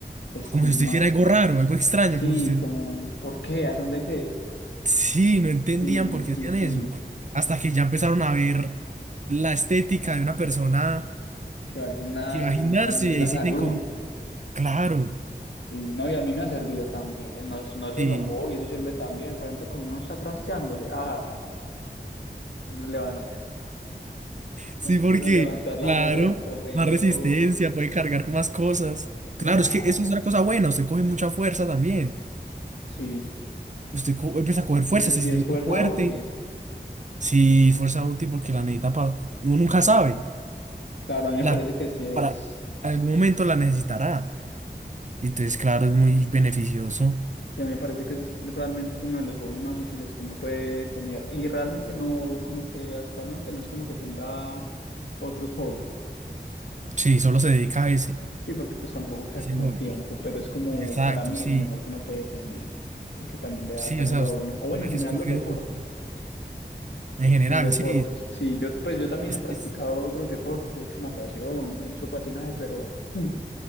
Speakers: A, on the left; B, on the right.
A: estigma.
B: como si usted hiciera algo raro, algo extraño,
A: Sí,
B: como si usted
A: como, ¿por qué? ¿A dónde qué?
B: Sí, no entendían
A: Sí,
B: por
A: sí,
B: qué hacían
A: sí,
B: eso. Hasta que ya empezaron a ver la estética de una persona
A: que va al gimnasio
B: que va al gimnasio
A: y también
B: y ahí
A: la
B: se
A: salud.
B: dicen como, claro,
A: Sí, no, y a mí me ha servido también, no es, no es solo
B: sí,
A: un hobby, eso sirve también. Por ejemplo, cuando uno está trasteándose, ah, uno levanta, <laughs>
B: sí, porque,
A: uno levantar la
B: claro,
A: mesa del comedor,
B: más resistencia, puede cargar con más cosas.
A: claro.
B: Claro, es que eso es una cosa buena, usted coge mucha fuerza también.
A: Sí,
B: Usted co- empieza a coger fuerza,
A: y es,
B: se
A: y
B: siente
A: es fuerza
B: fuerte.
A: útil.
B: Sí, fuerza útil porque la necesita para... Uno nunca sabe.
A: Claro, a mí me
B: La,
A: parece que sí es,
B: para algún momento la necesitará. Entonces, claro, es muy beneficioso.
A: y a mí me parece que es realmente uno de los hobbies más útiles que uno puede tener. Y realmente no, como que actualmente no es como que tenga otros hobbies.
B: Sí, solo se dedica a ese,
A: Sí, porque pues tampoco queda
B: ese
A: como
B: hobby.
A: el tiempo, pero es como
B: Exacto,
A: para mí
B: sí,
A: el mejor que uno puede tener, porque también le da
B: sí,
A: salud
B: o sea,
A: a
B: us-
A: uno. O bueno,
B: hay
A: en
B: que
A: general
B: escoger
A: los deportes.
B: un, en general,
A: Los deportes.
B: sí,
A: Sí, yo pues yo también
B: es-
A: he practicado
B: es-
A: otros deportes, he hecho natación, he hecho patinaje, pero mm,